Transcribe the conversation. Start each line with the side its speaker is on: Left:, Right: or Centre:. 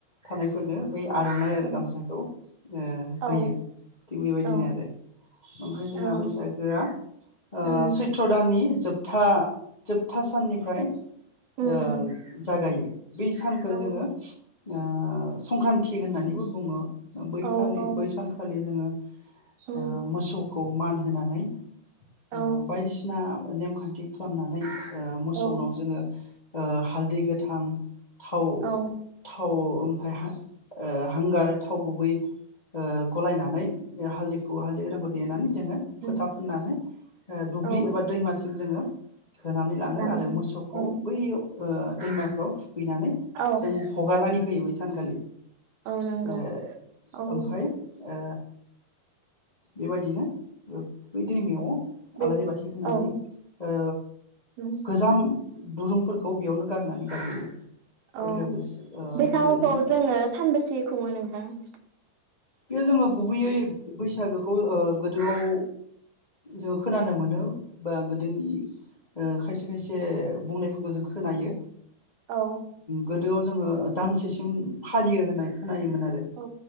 Left: थानायफोरनो बै आरनाइ आरो
Right: उम
Left: गामसाखौ ओ
Right: औ
Left: होयो थिग बेबायदिनो
Right: औ
Left: आरो ओमफ्राय जोंहा
Right: औ
Left: बैसाग हा ओ
Right: उम
Left: सैत्र दान जोबथा जोबथा साननिफ्राय ओ
Right: उम उम
Left: जागायो बै सानखौ
Right: औ
Left: जोङो ओ संक्रान्ति होननानैबो बुङो। बैखालि
Right: औ औ
Left: बै सानखालि जोङो
Right: उम
Left: ओ मोसौ खौ मान होनानै
Right: औ
Left: ओ बायदिसिना नेमखान्थि खालामनानै ओ मोसौनाव
Right: औ
Left: जोङो ओ हालदै गोथां, थाव
Right: औ
Left: थाव ओमफाय हा-हांगार, थाव गुबै ओ गलायनानै हालदैखौ हालदै गोथांखौ देनानै जोङो
Right: उम
Left: फोथा होनानै दुब्लि
Right: औ
Left: एबा दैमासिम जोङो होनानै लाङो
Right: लां
Left: आरो मोसौखौ
Right: औ
Left: बैयाव ओ दैमाफ्राव थुखैनानै
Right: औ
Left: जों हगारनानै होयो बैसा सानखालि।
Right: औ नंगौ
Left: ओ
Right: औ
Left: ओमफाय ओ बेबायदिनो बै दैमायाव
Right: बे
Left: आलारि बाथि होनानै
Right: औ
Left: ओ
Right: उम
Left: गोजाम दुरुंफोरखौ बेयावनो गारनानै गारबोयो ओमफ्राय
Right: अह
Left: लोगोसे ओ
Right: बैसागुखौ
Left: बेबायदिनो
Right: जोङो सानबेसे खुङो नों <inaudible>
Left: बेयो जोङो गुबैयै बैसागोखौ ओ गोदोआव जोङो खोनानो मोनो बा गोदोनि ओ खायसे खायसे बुंनायफोखो जों खोनायो
Right: औ
Left: गोदोआव जोङो दानसे <unintelligible> फालियो होननाय खोनायो मोन आरो।
Right: औ